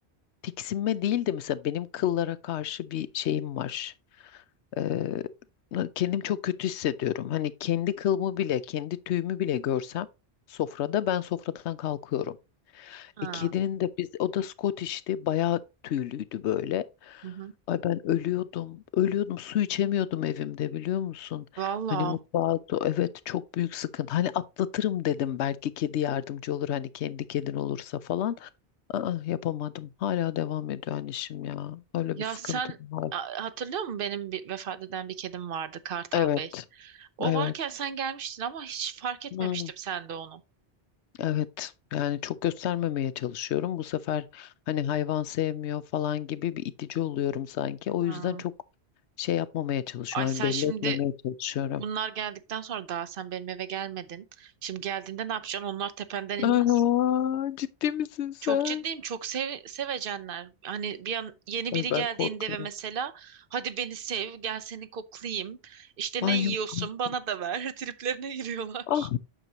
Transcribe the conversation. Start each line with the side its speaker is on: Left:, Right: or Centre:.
Left: tiksinme değildi mesela benim kıllara karşı bir şeyim var. Eee kendim çok kötü hissediyorum. Hani kendi kılımı bile, kendi tüyümü bile görsem sofrada ben sofradan kalkıyorum.
Right: Ha.
Left: E, kedinin de biz o da Scottish'ti. Bayağı tüylüydü böyle.
Right: Hı hı.
Left: Ay ben ölüyordum. Ölüyordum. Su içemiyordum evimde biliyor musun?
Right: Valla.
Left: Hani mutfağı evet çok büyük sıkıntı. Hani atlatırım dedim belki kedi yardımcı olur hani kendi kedin olursa falan. Aa, yapamadım. Hala devam ediyor hani ya. Öyle
Right: Ya
Left: bir sıkıntım
Right: sen
Left: var.
Right: a- hatırlıyor musun benim bir vefat eden bir kedim vardı Kartal
Left: Evet.
Right: Bey. O
Left: Evet.
Right: varken sen gelmiştin ama hiç fark etmemiştim
Left: Hmm.
Right: sen de onu.
Left: Evet yani çok göstermemeye çalışıyorum. Bu sefer hani hayvan sevmiyor falan gibi bir itici oluyorum sanki. O
Right: Ha.
Left: yüzden çok şey yapmamaya çalışıyorum.
Right: Ay sen
Left: Hani belli
Right: şimdi
Left: etmemeye çalışıyorum.
Right: bunlar geldikten sonra daha sen benim eve gelmedin. Şimdi geldiğinde ne yapacaksın? Onlar tependen inmez.
Left: Aa, ciddi misin
Right: Çok
Left: sen?
Right: ciddiyim. Çok sev sevecenler. Hani bir an yeni
Left: Ay
Right: biri
Left: ben
Right: geldiğinde
Left: korkuyorum.
Right: ve mesela hadi beni sev, gel seni koklayayım. İşte
Left: Ay
Right: ne yiyorsun
Left: yok artık.
Right: bana da ver. <laughs> Triplerine giriyorlar.
Left: Ah